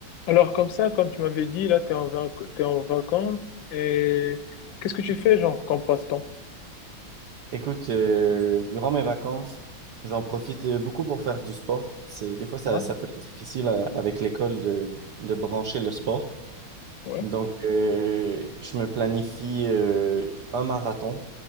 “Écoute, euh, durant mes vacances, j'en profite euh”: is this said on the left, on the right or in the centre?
Right